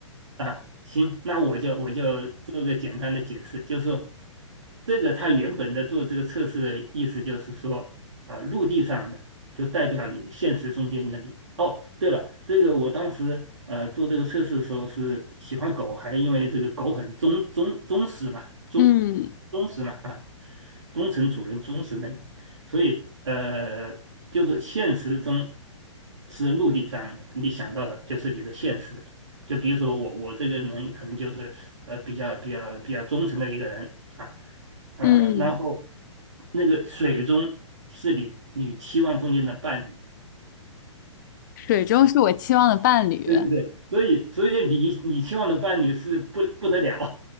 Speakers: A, on the right; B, on the left.
A: 啊，行，那我就我就做个简单的解释，就是说这个它原本的做这个测试的意思就是说，啊，陆地上的就代表你的现实中间的你。哦，对了，这个我当时呃做这个测试的时候是喜欢狗，还因为这个狗很忠忠忠实嘛，忠
B: 嗯
A: 忠实嘛啊，忠诚主人忠实那个，所以呃就是现实中是陆地上的，你想到的就是你的现实。就比如说我我这个人可能就是呃比较比较比较忠诚的一个人啊，嗯、
B: 嗯，
A: 然后那个水中是你你期望中间的伴侣，
B: 水中是我期望的伴侣，
A: 对对对，所以所以你你期望的伴侣是不不得了，